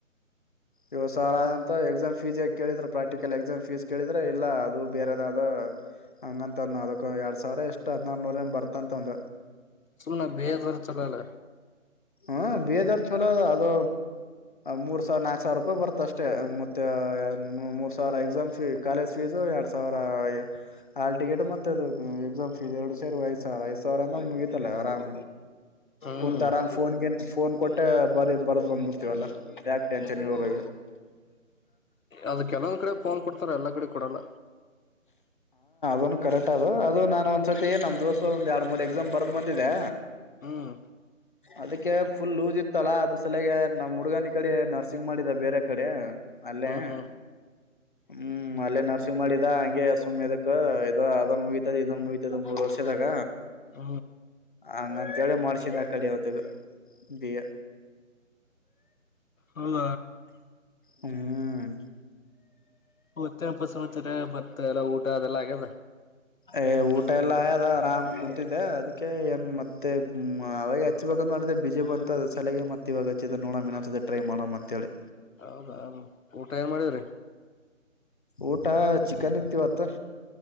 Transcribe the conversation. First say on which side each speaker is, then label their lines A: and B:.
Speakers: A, on the left; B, on the left.
A: ಇವ ಸಾರ್ ಆದಂತ ಎಕ್ಸಾಮ್ ಫೀಸ್ ಯ ಕೇಳಿದ್ರರು ಪ್ರಾಕ್ಟಿಕಲ್ ಎಕ್ಸಾಮ್ ಫೀಸ್ ಕೇಳಿದ್ರೆ ಇಲ್ಲ ಅದು ಬೇರೆದಾದ ಹಂಗಂತಂದ ಅದಕ್ಕ ಎರಡ್ ಸಾವಿರ ಎಷ್ಟ್ ಹದ್ರನೂರ ಏನ್ ಬರ್ತಂತಂದ
B: ಸುಮನೆ ಬೇಜರ ಚಲಲ್ಲ
A: ಹಾ ಬಿ ಹದಾರ ಚೋಲ ಅದು ಮೂರ್ ಸಾವಿರ ನಾಕಕ್ ಸಾವಿರ ರೂಪಾಯಿ ಬರ್ತ ಅಷ್ಟೇ ಮತ್ತೆ ಮೂರ್ ಸಾವಿರ ಎಕ್ಸಾಮ್ ಫೀ ಕಾಲೇಜ್ ಫೀಸ್ ಎರಡ್ ಸಾವಿರ ಆಲ್ ಟಿಕೆಟ್ ಮತ್ತೆದು ಎಕ್ಸಾಮ್ ಫೀಸ್ ಎರಡು ಸೇರ್ ಐ್ ಸಾವಿರ ಐದು ಸಾವಿರ ಅಂದ ಮುಗ ಲ್ಲ ಆರಾಮ
B: ಹ್ಮ್
A: ಕುಂತ ಆರಾಮ ನ್ ಫೋನ್ ಕೊಟ್ಟ ಬಾರಿ ಬರದ್ ಬಂದ್ಬಿಡ್ತವಲ್ಲಾ ಯಾೆ ಟೆನ್ಷನ್ ಇರೋಗೆ
B: ಅದ ಕೆಲ್ಲೊಂದ್ ಕಡೆ ಫೋನ್ ಕೊಡ್ತಾರ ಎಲ್ಲಾ ಕಡೆ ಕೊಡಲ್ಲ
A: ಅದ ಕರೆಕ್ಟ್ ಅದು ಅದು ನಾನನ್ ಒಂದ್ಸತಿ ನಮ್ ದಿವಸ ಒಂದ ಎರಡು ಮೂರ್ ಎಕ್ಸಾಮ್ ಬರದ್ ಬಂದಿದೆೆ
B: ಹ್ಮ್
A: ಅದಕ್ಕೆ ಫುಲ್ ಲೂಸ್ ಇತ್ತಲ್ಲಾ ಅದ ಸಲಯಾಗ ನಮ್ಮ್ ಹುಡ್ಗನಿ ಕಡೆ ನರ್ಸಿಂಗ್ ಮಾಡಿದ ಬೇರೆ ಕಡೆ ಅಲ್ಲಿೇ
B: ಹ್ಮ್ ಹ್ಮ್
A: ಹ್ಮ್ ಅಲ್ಲೇ ನರ್ಸಿಂಗ್ ಮಾಡಿದ ಹಂಗೆ ಸುಮ್ಮ್ ಅದಕ್ ಇ ಅದನ್ ಮುಗತದ ಇದನ್ ಮುಗತದ ಮೂರ್ ವರ್ಷ ದಾಗ
B: ಹ
A: ಹಂಗಂತೇಳಿ ಮಾಡ್ಸಿದ ಆ ಕಡೆವತ್ತು ಬ
B: ಹೌದ
A: ಹ್ಮ್
B: ತ್ತಪಸತ್ತರ ಮತ್ತ ಎಲ್ಲಾ ಊಟ ಅದೆಲ್ಲ ಆಗ್ಯದ
A: ಏ ಊಟ ಎಲ್ಲ ಆಯದ ಆರಾಮ್ ಕುೂಂತಿದ್ದೆ ಅದಕ್ಕೆ ಏನ್ ಮತ್ತೆ ಅವಾಗ ಹಚ್ಬೇಕಂದ ಮಾಡಿದೆ ಬ ಬಿಸಿ ಬಂತ ಅ ಸಲಗೆ ಮತ್ತ ಇವಾಗ ಹಚ್ಚಿದ ನೋಡನ್ ಟೈ ಮಾಡೋ ಅಂತ ಹೇಳಿ
B: ಹೌದಾ ಊಟ ಏ ಮಾಡಿದ್ರಿ
A: ಊಟ ಚಿಕನ್ ಇತಿವತ್ತ